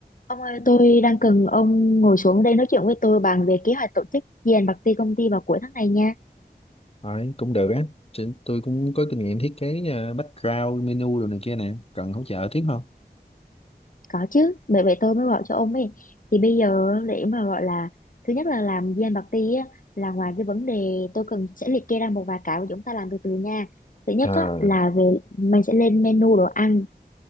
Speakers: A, on the left (about 55°); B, on the left (about 35°).
A: Ông ơi, tôi đang cần ông ngồi xuống đây nói chuyện với tôi bàn về kế hoạch tổ chức dàn bạc ti công ty vào cuối tháng này nha.
B: Đấy, cũng được á. Chị- Tôi cũng có kinh nghiệm thiết kế ờ, background, menu rồi này kia nè. Cần hỗ trợ tiếp không?
A: Có chứ, bởi vậy tôi mới gọi cho ông ấy. Thì bây giờ để mà gọi là thứ nhất là làm dàn bạc ti á là ngoài cái vấn đề tôi cần sẽ liệt kê ra một vài cái mà chúng ta làm từ từ nha. Thứ nhất
B: À,
A: á là về mình sẽ lên menu đồ ăn.